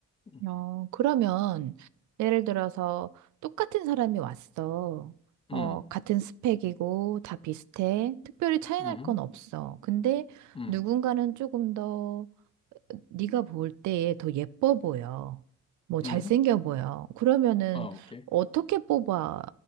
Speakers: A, on the left; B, on the right.
A: 음,
B: 어, 그러면 예를 들어서 똑같은 사람이 왔어. 어,
A: 음,
B: 같은 스펙이고 다 비슷해. 특별히 차이
A: 음,
B: 날 건 없어. 근데
A: 음,
B: 누군가는 조금 더 네가 볼 때에 더 예뻐 보여. 뭐 잘생겨
A: 음.
B: 보여. 그러면은
A: 어, 오케이.
B: 어떻게 뽑아야